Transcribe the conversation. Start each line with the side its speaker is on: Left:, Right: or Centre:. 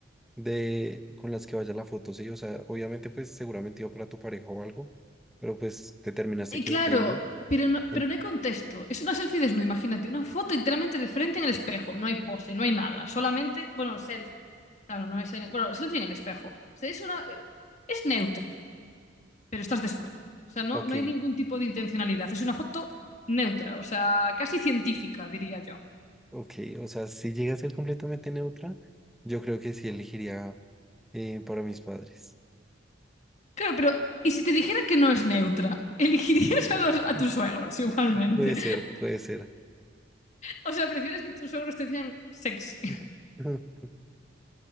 Centre: de con las que vaya la foto, sí, o sea, obviamente pues seguramente iba para tu pareja o algo, pero pues te terminaste
Left: Y
Centre: equivocando.
Left: claro, pero no,
Centre: En-
Left: pero no hay contexto. Es una selfie desnuda, imagínate, una foto enteramente de frente en el espejo. No hay pose, no hay nada. Solamente, bueno, selfie. Claro, no es en- bueno, selfie en el espejo. O sea, es una es neutra. pero estás desnudo. O sea, no,
Centre: ok,
Left: no hay ningún tipo de intencionalidad. Es una foto neutra, o sea, casi científica, diría yo.
Centre: ok, o sea, si llega a ser completamente neutra, yo creo que sí elegiría eh, para mis padres.
Left: Claro, pero ¿y si te dijera que no es neutra? <laughs> Elegirías a, los, a
Centre: <laughs>
Left: tus suegros igualmente.
Centre: Puede ser, puede ser.
Left: O sea, prefieres que tus suegros te vean sexy.
Centre: <laughs>
Left: <laughs>